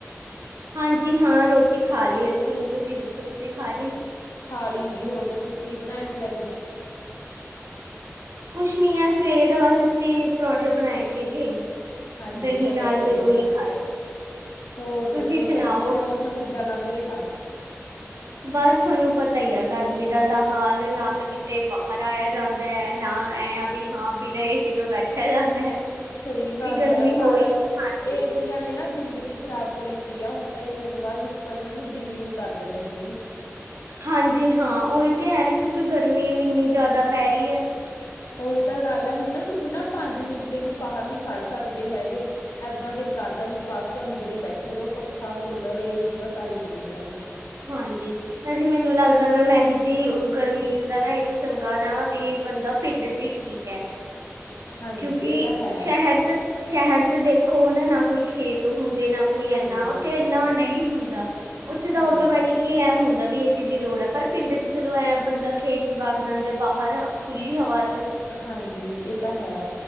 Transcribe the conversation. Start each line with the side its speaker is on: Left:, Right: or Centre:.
Right: ਹਾਂਜੀ ਹਾਂ, ਰੋਟੀ ਖਾ ਲਈ ਅਸੀਂ, ਤੁਸੀਂ ਦੱਸੋ ਤੁਸੀਂ ਖਾ ਲਈ?
Left: ਖਾ ਲੀ ਜੀ ਹੋਰ ਦੱਸੋ ਕੀ ਬਣਾਏ ਸੀ ਅੱਜ?
Right: ਕੁਛ ਨੀ ਆ ਸਵੇਰੇ ਦਾ ਬਸ ਅਸੀਂ ਪਰੌਂਠੇ ਬਣਾਏ ਸੀਗੇ।
Left: ਹਾਂਜੀ
Right: ਦਹੀਂ
Left: ਚਲੋ
Right: ਨਾਲ
Left: ਵਧੀਆ।
Right: ਫਿਰ ਉਹੀ ਖਾਏ
Left: ਹੋਰ
Right: ਤੁਸੀਂ
Left: ਦੱਸੋ
Right: ਸੁਣਾਓ?
Left: ਗਰਮੀ ਦਾ ਮੌਸਮ ਕਿੱਦਾਂ ਲੰਘ ਰਿਹਾ।
Right: ਬਸ ਤੁਹਾਨੂੰ ਪਤਾ ਹੀ ਆ, ਗਰਮੀ ਦਾ ਤਾਂ ਹਾਲ ਨਾ ਤਾਂ ਕਿਤੇ ਬਾਹਰ ਆਇਆ ਜਾਂਦਾ ਹੈ ਨਾ ਐ ਵੀ। ਹਾਂ, ਬਿਨਾਂ ਏਸੀ ਤੋਂ ਬੈਠਿਆ ਜਾਂਦਾ ਹੈ।
Left: ਸਹੀ
Right: ਕਿਉਂਕਿ
Left: ਗੱਲ
Right: ਗਰਮੀ
Left: ਹੈ। ਪਰ,
Right: ਹੋ ਹੀ ਹਾਂਜੀ
Left: ਇਸ ਏਸੀ ਨੇ ਨਾ ਜ਼ਿੰਦਗੀ ਖ਼ਰਾਬ ਕਰੀ ਪੀਆ ਹੁਣ ਤਾਂ ਇਹ ਏ ਸੀਆ ਤੋਂ ਬਾਹਰ ਨਿਕਲਣ ਨੂੰ ਦਿਲ ਹੀ ਨਹੀਂ ਕਰਦਾਂ ਜਮੀਂ ਵੀ।
Right: ਹਾਂਜੀ ਹਾਂ, ਉਹੀ ਤਾਂ ਹੈ ਨਾ, ਕਿਉਂਕਿ ਗਰਮੀ ਇੰਨੀ ਜ਼ਿਆਦਾ ਪੈ ਰਹੀ ਹੈ।
Left: ਉਹੀ ਤਾਂ ਗੱਲ ਹੈ ਹੁਣ ਨਾ ਤੁਸੀਂ ਨਾ ਪੰਜ ਮਿੰਟ ਲਈ ਵੀ ਬਾਹਰ ਨਹੀਂ ਖੜ ਸਕਦੇ ਹੈਗੇ। ਇਏਦਾਂ ਦਿਲ ਕਰਦਾ ਵੀ ਬਸ ਅੰਦਰ ਹੀ ਬੈਠੇ ਰਹੋ, ਪੱਖਾ, ਕੂਲਰ, ਏ ਸੀ ਬਸ ਆਹੀ ਚੱਲੀ ਜਾਵੇ।
Right: ਹਾਂਜੀ। ਹਾਜੀ ਮੈਨੂੰ ਲੱਗਦਾ ਮੈਂ ਮੈਂਨੂੰ ਜੀ ਗਰਮੀ ਚ' ਤਾਂ ਨਾ ਇਹ ਤੋਂ ਚੰਗਾ ਨਾ ਵੀ ਬੰਦਾ ਪਿੰਡ ਚ' ਹੀ ਚੰਗਾ। ਠੀਕ ਹੈ।
Left: ਹਾਂਜੀ।
Right: ਕਿਉਂਕਿ
Left: ਇਹ ਤਾਂ ਹੈ।
Right: ਸ਼ਹਿਰ ਚ ਸ਼ਹਿਰ ਚ ਦੇਖੋ ਹਨਾ ਨਾ ਕੋਈ ਖੇਤ ਹੁੰਦੇ ਨਾ ਕੋਈ ਇਨਾ
Left: ਹਾਂਜੀ,
Right: ਉੱਥੇ ਇੰਨਾ ਓ ਨਈ ਹੁੰਦਾ। ਉੱਥੇ ਤਾ
Left: ਹਾਂਜੀ,
Right: ਵੀ ਐਂ ਹੁੰਦਾ ਵੀ ਇਸ ਚੀਜ਼ ਦੀ ਲੋੜ ਐ। ਪਰ ਪਿੰਡ ਚ ਚਲੋ ਐਂ ਬੰਦਾ ਖੇਤ ਚ ਭਗ ਜਾਂਦੇ ਬਾਹਰ ਰ ਖੁੱਲੀ ਹਵਾ ਚ
Left: ਹਾਂਜੀ ਇਹ ਤਾਂ ਹੈ।